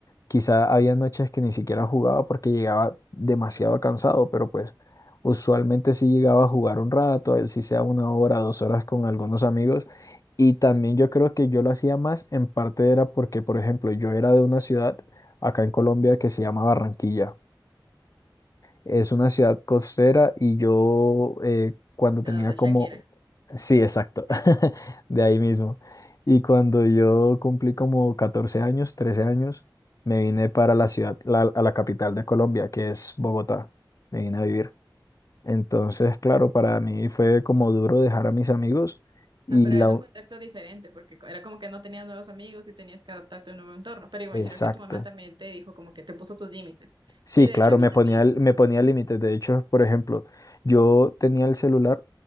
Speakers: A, on the left (about 45°); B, on the right (about 70°).
A: quizá había noches que ni siquiera jugaba porque llegaba demasiado cansado, pero pues usualmente sí llegaba a jugar un rato, así sea una hora, dos horas con algunos amigos. Y también yo creo que yo lo hacía más, en parte era porque, por ejemplo, yo era de una ciudad acá en Colombia que se llama Barranquilla. Es una ciudad costera y yo eh, cuando
B: de
A: tenía
B: donde ella
A: como...
B: quiera.
A: Sí, exacto,
B: <laughs>
A: <laughs> de ahí mismo. Y cuando yo cumplí como 14 años, 13 años, me vine para la ciudad, la- a la capital de Colombia, que es Bogotá. Me vine a vivir. Entonces, claro, para mí fue como duro dejar a mis amigos y
B: O sea, pero
A: la...
B: es un
A: u-
B: contexto diferente, porque co- era como que no tenías nuevos amigos y tenías que adaptarte a un nuevo entorno. Pero imagino
A: Exacto.
B: que tu mamá también te dijo como que te puso tus límites.
A: Sí,
B: Y de
A: claro,
B: hecho a mí
A: me
B: también.
A: ponía, el- me ponía límites. De hecho, por ejemplo, yo tenía el celular